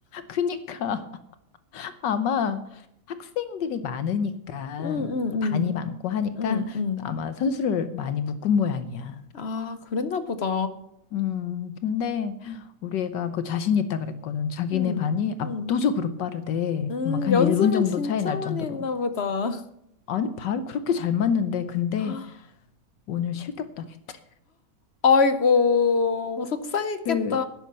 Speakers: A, on the left (about 75°); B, on the left (about 55°).
A: 그니까. 아마 학생들이 많으니까
B: 응, 응, 응,
A: 반이 많고 하니까
B: 응, 응.
A: 아마 선수를 많이 묶은 모양이야.
B: 아, 그랬나 보다.
A: 음, 근데 우리 애가 그 자신 있다 그랬거든. 자기네
B: 응,
A: 반이 압도적으로
B: 응.
A: 빠르대.
B: 음,
A: 막 한
B: 연습을
A: 1분 정도
B: 진짜
A: 차이 날
B: 많이
A: 정도로.
B: 했나 보다. <gasps>
A: 아니, 발 그렇게 잘 맞는데 근데
B: <laughs>
A: 오늘 실격당했대.
B: 아이고, 속상했겠다.
A: 그,